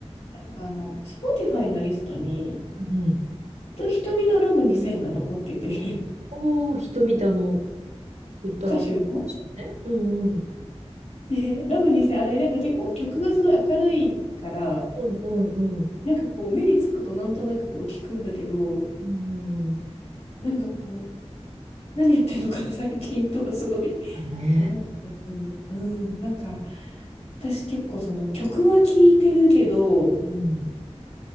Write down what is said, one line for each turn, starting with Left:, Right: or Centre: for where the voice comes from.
Left: なんかあの、Spotify のリストに、
Right: うんうん。
Left: ずっと瞳のラブ2000が残ってて
Right: おー、瞳ってあの、
Left: <laughs>
Right: 歌、
Left: 歌手の。
Right: ね。うんうん。
Left: で、ラブ2000、あれ、なんか結構曲がすごい明るいから、
Right: うんうんうん。
Left: なんかこう、目につくことなんとなくこう聞くんだけど、
Right: うんうんうん。
Left: なんかこう、何やってんのかな、最近とかすごい
Right: だね。
Left: 思ったりする。うん。なんか、私結構その曲は聴いてるけど、
Right: うん